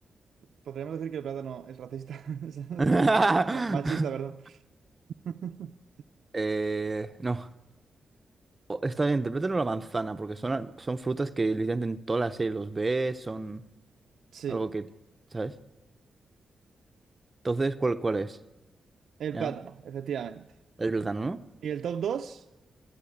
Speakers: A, on the right; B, on the right.
A: Podríamos decir que el plátano es racista. <laughs> es
B: <laughs>
A: ma- Machista, perdón. <laughs>
B: Eh, no. O- Está bien, interprétalo la manzana, porque son, son frutas que literalmente en toda la serie los ves, son
A: Sí,
B: algo que, ¿sabes? Entonces, ¿cuál, cuál es?
A: el
B: ¿Ya?
A: plátano, efectivamente.
B: El plátano, ¿no?
A: Y el top 2